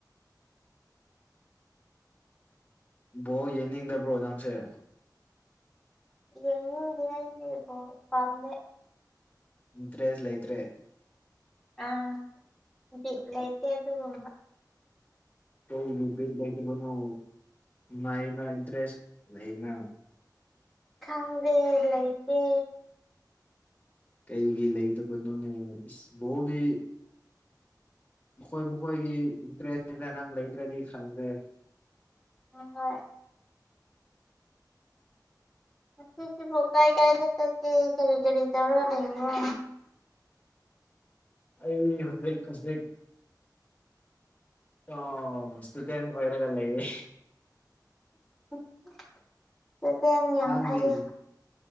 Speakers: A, on the left; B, in the centre.
A: ꯕꯣꯜ ꯌꯦꯡꯅꯤꯡꯗꯕ꯭ꯔꯣ ꯅꯪꯁꯦ
B: ꯌꯦꯡꯅꯤꯡꯗꯦ ꯑꯩꯗꯤ ꯕꯣꯜ ꯄꯥꯝꯗꯦ
A: ꯏꯟꯇ꯭ꯔꯦꯁ ꯂꯩꯇ꯭ꯔꯦ
B: ꯑꯥ ꯕꯤꯠ ꯂꯩꯇꯦ ꯑꯗꯨꯒꯨꯝꯕ
A: ꯀꯔꯤꯒꯤ ꯕꯤꯠ ꯂꯩꯇꯕꯅꯣ ꯅꯥꯏꯅ ꯗ꯭ꯔꯦꯁ ꯂꯩꯅ
B: ꯈꯪꯗꯦ ꯂꯩꯇꯦ
A: ꯀꯩꯒꯤ ꯂꯩꯇꯕꯅꯣꯅꯦ ꯏꯁ ꯕꯣꯜꯗꯤ ꯃꯈꯣꯏ ꯃꯈꯣꯏꯒꯤ ꯏꯟꯇꯔꯦꯁ ꯍꯥꯏꯅ ꯅꯪ ꯂꯩꯇ꯭ꯔꯗꯤ ꯈꯪꯗ꯭ꯔꯦ
B: ꯍꯣꯏ ꯑꯁꯤꯁꯤꯕꯨ ꯀꯥꯏ ꯀꯥꯏꯗ ꯆꯠꯀꯦ ꯀꯔꯤ ꯀꯔꯤ ꯇꯧꯔꯒ ꯂꯩꯕ꯭ꯔꯣ
A: ꯑꯩ ꯍꯧꯖꯤꯛꯍꯧꯖꯤꯛ ꯑꯣ ꯏꯁꯇꯨꯗꯦꯟ ꯑꯣꯏꯔꯒ ꯂꯩꯌꯦ
B: <inaudible> ꯌꯥꯝ
A: ꯅꯪꯗꯤ
B: ꯐꯩ